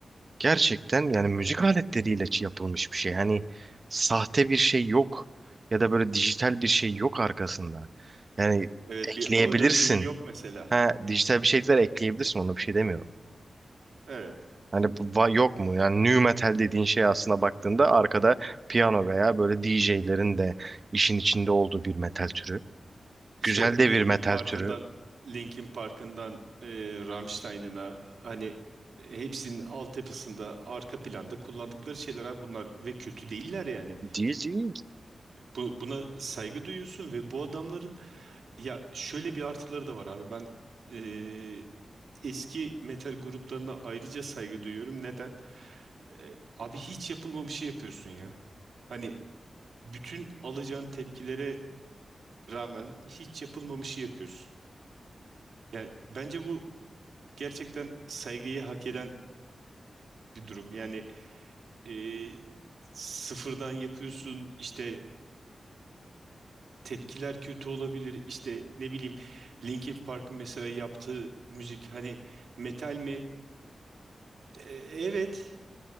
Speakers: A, on the right; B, on the right.
A: Gerçekten yani müzik aletleriyle ç- yapılmış bir şey. Hani sahte bir şey yok ya da böyle dijital bir şey yok arkasında. Yani
B: Evet
A: ekleyebilirsin.
B: bir autotune yok mesela.
A: Ha, dijital bir şeyler ekleyebilirsin ona bir şey demiyorum.
B: Evet.
A: Hani va- yok mu? Yani nu metal dediğin şey aslında baktığında arkada piyano veya böyle D J'lerin de işin içinde olduğu bir metal türü.
B: İşte
A: Güzel de
B: Linkin
A: bir metal
B: Park'ından
A: türü.
B: Linkin Park'ından eee Rammstein'ına hani hepsinin altyapısında arka planda kullandıkları şeyler abi bunlar ve kötü değiller yani.
A: Değil değil.
B: Bu, buna saygı duyuyorsun ve bu adamların ya şöyle bir artıları da var abi. Ben eee, eski metal gruplarına ayrıca saygı duyuyorum. Neden? Eee, abi hiç yapılmamışı şey yapıyorsun ya. Hani bütün alacağın tepkilere rağmen hiç yapılmamışı şey yapıyorsun. Yani bence bu gerçekten saygıyı hak eden bir durum. Yani eee, sıfırdan yapıyorsun işte tepkiler kötü olabilir. İşte ne bileyim Linkin Park'ın mesela yaptığı müzik hani metal mi? E, evet